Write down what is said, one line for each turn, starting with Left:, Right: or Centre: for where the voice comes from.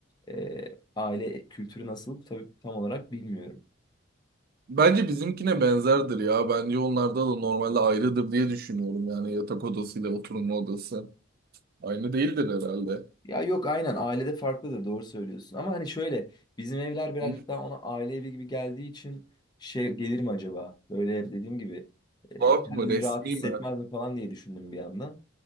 Left: e, aile kültürü nasıl tabii tam olarak bilmiyorum.
Right: Bence bizimkine benzerdir ya. Bence onlarda da normalde ayrıdır diye düşünüyorum. Yani yatak odasıyla oturma odası. Aynı değildir herhalde.
Left: Ya yok aynen ailede farklıdır doğru söylüyorsun. Ama hani şöyle bizim evler birazcık
Right: Hı?
Left: daha ona aile evi gibi geldiği için şey gelir mi acaba? Böyle dediğim gibi e,
Right: Tuhaf
Left: kendini
Right: mı? Resmi
Left: rahat hissetmez
Right: mi?
Left: mi falan diye düşündüm bir yandan.